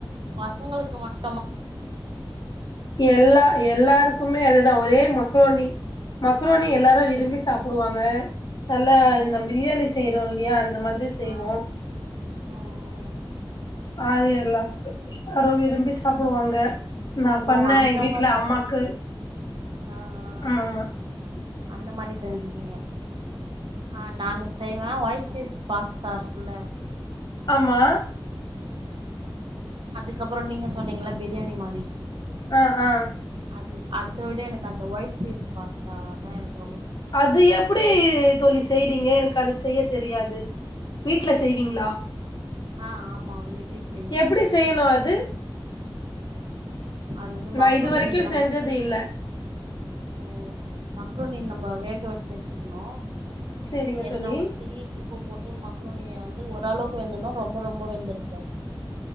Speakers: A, on the right; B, on the left.
A: பசங்களுக்கு மட்டு
B: எல்ல எ எல்லாருக்குமே அதுதான் ஒரே மக்கோணி மக்ரோணி எல்லாரும் விரும்பி சாப்பிடுவாங்க நல்லா
A: ஓ
B: இந்த பிரியாணி செய்யற சொல்லிய அந் அது மாதிரி செய்வோம்
A: ஆ ம் ம்
B: அது எல்லாம் ஆரோ விரும்பி சாப்புடுவாங்க நான் பண்ணேன்
A: ஓ அந்த
B: எ வீட்டுல
A: மாரி
B: அம்மாக்கு
A: ஆ ஆ
B: ஆமாமா
A: அந்த மாதிரி செஞ்சுடிங்க ஆஹ் நானும் செய்வேன் ஒயிட் சீஸ் பாஸ்தா இருக்குல்ல
B: ஆமா
A: அதுக்கப்புறம் நீங்க சொன்னீங்கள பிரியாணி மாரி
B: ஆஹ் ஆஹ்
A: அது அதை விட எனக்கு அந்த ஒயிட் சீஸ் பாஸ்தா தான் எனக்கு ரொம்ப புடிக்கு
B: அது எப்படி தோழி செய்றீங்க எனக்கு அது செய்ய தெரியாது வீட்ல செய்வீங்களா
A: ஆஹ் ஆமா வீட்லயே
B: எப்படி செய்யணும் அது
A: அது வந்து
B: நான்
A: மக்ருனி
B: இது வரைக்கும்
A: நம்ம
B: செஞ்சது இல்ல
A: ஓ மக்ரோணி நம்ம வேக வச்சு எடுத்துக்கணும்
B: சேரிங்க
A: எண்ணெய்
B: தோழி
A: ஊத்தி உப்பு போட்டு மக்ரோனிய வே ஓரளவுக்கு வெந்தன ரொம்ப ரொம்ப வெந்துருக்காது